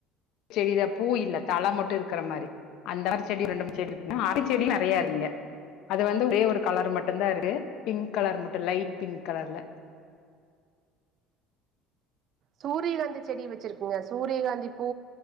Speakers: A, on the left; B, on the right.
A: செடிதா பூ இல்ல தழை மட்டு இருக்கற மாரி அந்தமாரி செடி ரெண்டு மூணு செடி இருக்குங்க அரளிச்செடியு நறையா இருக்குங்க அது வந்து ஒரே ஒரு கலர் மட்டுந்தா இருக்கு பிங்க் கலர் மட்டும் லைட் பிங்க் கலர்ல
B: சூரியகாந்தி செடி வச்சிருக்குங்க சூரியகாந்தி பூ